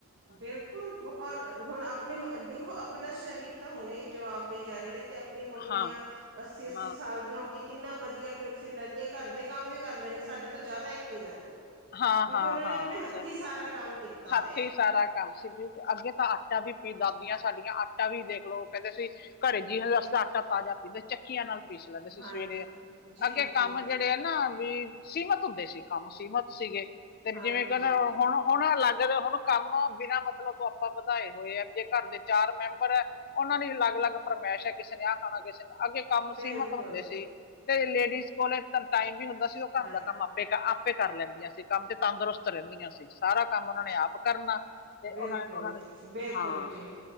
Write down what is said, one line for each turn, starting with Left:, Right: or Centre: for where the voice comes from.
Right: ਬਿਲਕੁਲ ਬਹੁਤ ਹੁਣ ਆਪਣੇ ਦੇਖੋ ਆਪਣਾ ਸਰੀਰ ਤਾਂ ਹੁਣੇ ਈ ਜਵਾਬ ਦੇਈ ਜਾ ਰਏ ਨੇ ਤੇ ਆਪਣੀ ਮੰਮੀਆਂ
Left: ਹਾਂ
Right: ਅੱਸੀ -ਅੱਸੀ
Left: ਹਾਂ,
Right: ਸਾਲ ਦੀਆਂ ਹੋ ਕੇ ਕਿੰਨਾ ਵਧੀਆ ਟੁਰ ਫਿਰ ਲੈਂਦੀਆ ਘਰ ਦੇ ਕੰਮ ਵੀ ਕਰ ਲੈਣੀ ਸਾਡੇ ਤੋਂ ਜ਼ਾਦਾ ਐਕਟਿਵ ਐ ਓ।
Left: ਹਾਂ,
Right: ਕਿਉਂਕਿ
Left: ਹਾਂ,
Right: ਉਨਾਂ
Left: ਹਾਂ
Right: ਨੇ ਆਪਣੇ ਹੱਥੀਂ
Left: ਸ
Right: ਸਾਰਾ ਕੰਮ ਕੀਤਾ ਹੋਇਆ।
Left: ਹੱਥ ਹੀ ਸਾਰਾ ਕੰਮ ਸੀ ਅੱਗੇ ਤਾਂ ਆਟਾ ਵੀ ਪੀ ਦਾਦੀਆਂ ਸਾਡੀਆਂ ਆਟਾ ਵੀ ਵਖ ਲਓ ਕਹਿੰਦੇ ਸੀ ਘਰੇ ਜੀ ਵਾਸਤੇ ਆਟਾ ਤਾਜ਼ਾ ਪੀਂਦੇ ਚੱਕੀਆਂ ਨਾਲ ਪੀਸ ਲੈਂਦੇ
Right: ਹੈ।
Left: ਸੀ
Right: ਹਾਂਜੀ
Left: ਸਵੇਰੇ
Right: ਜੀ
Left: ਅੱਗੇ ਕੰਮ
Right: ਜੀ
Left: ਜੇੜੇ ਆ ਨਾ ਵੀ ਸੀਮਤ ਹੁੰਦੇ ਸੀ ਕੰਮ ਸੀਮਿਤ ਸੀਗੇ ਤੇ
Right: ਹਾਂਜੀ
Left: ਜਿਵੇਂ ਕਹਿੰਦੇ ਹੁਣ ਹੁਣ ਅਲੱਗ ਹੁਣ ਕੰਮ ਬਿਨਾਂ ਮਤਲਬ ਤੋਂ ਆਪਾਂ ਵਧਾਏ ਹੋਏ ਆ ਜੇ ਘਰ ਦੇ ਚਾਰ ਮੈਂਬਰ ਆ ਉਨਾਂ ਦੀ ਵੀ ਅਲੱਗ ਅਲੱਗ ਫਰਮ ਮੈਸ਼ ਆ ਕਿਸੇ ਨੇ ਆ ਖਾਣਾ ਕਿਸੇ ਨੇ ਅੱਗੇ ਕੰਮ
Right: ਬਿਲਕੁਲ
Left: ਸੀਮਤ ਹੁੰਦੇ ਸੀ ਤੇ ਲੇਡੀਜ਼ ਕੋਲੇ ਇਕ ਤਾਂ ਟਾਈਮ ਵੀ ਹੁੰ ਦਾ ਸੀ ਓ ਘਰ
Right: ਹਾਂ
Left: ਦਾ ਕੰਮ ਆਪੇ ਆਪੇ ਕਰ ਲੈਂਦ ਦੀਆਂ ਸੀ ਕੰਮ ਤੇ ਤੰਦਰੁਸਤ ਰੇਂਦੀਆਂ ਸੀ ਸਾਰਾ ਕੰਮ ਉਨਾਂ ਨੇ ਆਪ ਕਰਨਾ। ਤੇ
Right: ਬਿਲਕੁਲ
Left: ਓ ਨੇ ਉਨਾਂ ਨੇ
Right: ਬਿਲਕੁਲ
Left: ਹਾਂ।
Right: ਜੀ